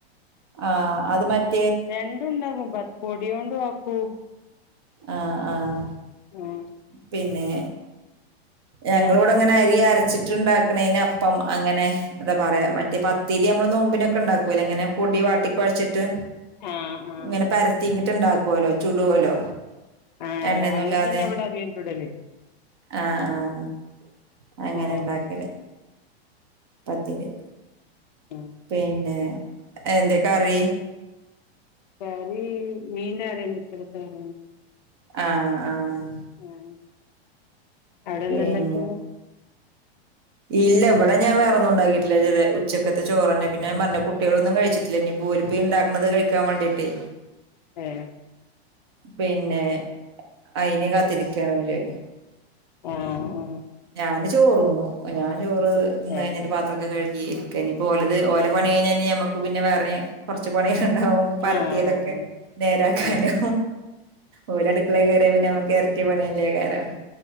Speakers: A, on the right; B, on the left.
A: ആഹ് അത് മറ്റ്
B: രണ്ടുണ്ടാകും പപൊടിയോണ്ട് ആക്കൂ
A: ആഹ് ആഹ്
B: ആഹ്
A: പിന്നെ ഞങ്ങളിവ്
B: ഏഹ്
A: ടെ ങ്ങനെ അരി അരച്ചിട്ട് ണ്ടാക്കണന് അപ്പം അങ്ങനെ അതാ പറയാ മറ്റേ പത്തിരി മ്മള് നോമ്പിനൊക്കെ ഉണ്ടാക്കൂല്ലേ ഇങ്ങനെ പൊടി വാട്ടി കൊഴച്ചിട്ട്
B: ആഹ് ആഹ്
A: ങ്ങനെ പരത്തിങ്ങിട്ട് ഇണ്ടാകോലോ ചൂടോലോ
B: ആഹ്
A: എണ്ണയൊന്നുല്ലാതെ
B: അങ്ങനെ <unintelligible>
A: ആഹ് ആഹ് അങ്ങനെ
B: ആഹ്
A: ണ്ടാക്കല്. പത്തിരി
B: ഉം
A: പിന്നെ എന്തെ കറി?
B: കറീ മീന്റെ കറി ണ്ട് ഉച്ചയ്ക്കത്ത ര
A: ആഹ് ആഹ്
B: ഏഹ് അവിടെന്താണ്ടാക്കിനെ?
A: പിന്നെ ഇല്ല വടെ ഞാ വേറൊന്നും ഉണ്ടാക്കിട്ടില്ല ഇതൊരെ ഉച്ചക്കത്തെ ചോറെന്നെ. പിന്നെ ഞ പറഞ്ഞില്ലേ കുട്ടികളൊന്നും കഴിച്ചി ട്ടില്ല ന്നിപ്പോര് പ്പ ഇണ്ടാക്ക്‌ണത് കഴിക്കാം വാണ്ടിട്ടേ.
B: ഏഹ്
A: പിന്നെ അയിന് കാത്തിരിക്കാണോല്.
B: ആഹ് ആഹ്.
A: ഞാന് ചോറുന്നു. ഞാം ചോറ് ന്നയിഞ്ഞിട്ട്
B: ഏഹ്
A: പാ ത്രൊക്കെ കഴുകിരിക്ക നിപ്പോ ലത് ഓല പണി കഴിഞ്ഞാ നി ഞമ്മുക്ക് പിന്നെ വേറെനി കൊറച് പണികളുണ്ടാവും പരത്തിയതൊക്കെ.
B: ആഹ് ആഹ്
A: നേരാക്കാനു
B: ഏഹ്
A: ഓരടുക്കളെ കയറിയ പിന്നമ്മക്കെരട്ടി പണി യല്ലേ കാരം <inaudible>